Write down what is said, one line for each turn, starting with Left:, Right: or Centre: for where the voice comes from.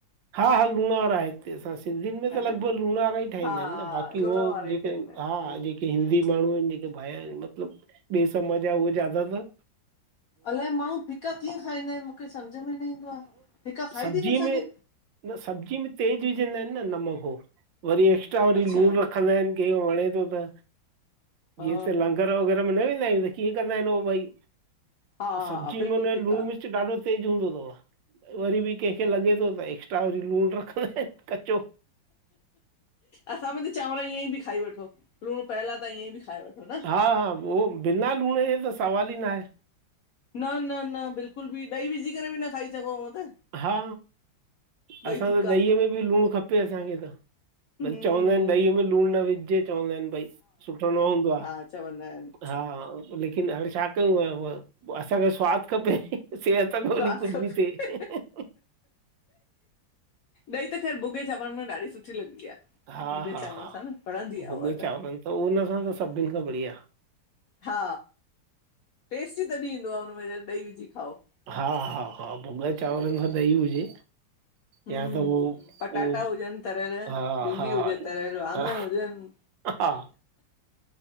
Right: हा हा लूणावरा हिते असां सिंधियुनि में
Left: हा
Right: त
Left: न
Right: लॻभॻ लूण वारा ई ठाहींदा
Left: हा
Right: आहिन न, बाक़ी
Left: लूण
Right: उह
Left: वारा ई
Right: जेक।
Left: ठहींदा आहिनि
Right: हा
Left: हम्म
Right: जेके हिंदी माण्हू आहिन् जेके बायर् आहिन मतलब ॿिए समाज ज उहे ज्यादा त।
Left: अलाए माण्हू फिका कीअं खाईंदा आहिन मूखे सम्झ में न ईदो आ, फिका खाई
Right: सब्जीअ
Left: बि न सघूं।
Right: में न सब्जी में तेज विझंदा आहिन न नमक हो, वरी एक्स्ट्रा वरी
Left: अच्छा
Right: लूणु रखंदा आहिन। ॻे वणे थो त
Left: हा
Right: जीअं त लंगर वग़ैरह में न वेंदा आहियूं त कीअं कंदा आहिन उ भई।
Left: हा
Right: सब्जी
Left: हा बिल्कुलु
Right: में हुनए
Left: फिका
Right: लूण मिर। ॾाढो तेज हूंदो थव वरी बि केंखे लॻे थो त एक्स्ट्रा वरी लूण रखंदा आहिन। कच्चो।
Left: असां में त चांवर ईअंई बि खाई वठो लूण पयल आ त ईअं बि खाई वठो। न
Right: हा हा उहो बिना लूण जे त सवाल ई न आहे।
Left: न न न बिल्कुल बि ॾही विझी करे बि न खाई सघो हू त।
Right: हा
Left: ॿई
Right: असां
Left: फिका
Right: त ॾहीअ में बि लूण खपे असांखे त।
Left: हम्म
Right: भई चवंदा आहिन ॾहीअ में लूण न विझजे चवंदा आहिन भई सुठो न हूंदो आ।
Left: अचा बंदा आहिन।
Right: उंधा। लेकिन हाणे छा कयूंआ। असांखे स्वाद खपे सेहत भली
Left: स्वाद
Right: कुछ
Left: खपे
Right: बि थिए। <inaudible>
Left: ॾही त ख़ैरु भुॻे चांवर में ॾाढी सुठी लॻंदी आ,
Right: हा
Left: भुॻे
Right: हा
Left: चांवर
Right: हा
Left: सां न, वणंदी आहे
Right: भुॻे
Left: उहा त।
Right: चांवरनि त उन सां त सभिन खां बढ़िया।
Left: हा टेस्ट तॾहिं ईंदो आ हुन में ॾही विझी खाओ।
Right: हा हा हा भुगां चांवरन मा त ॾही हुजे।
Left: हम्म
Right: या त उह
Left: पटाटा
Right: उह
Left: हुजनि तरियल
Right: हा
Left: भिंडी
Right: हा
Left: हुजे तरियल वाङण
Right: हा।
Left: हुजनि
Right: हा।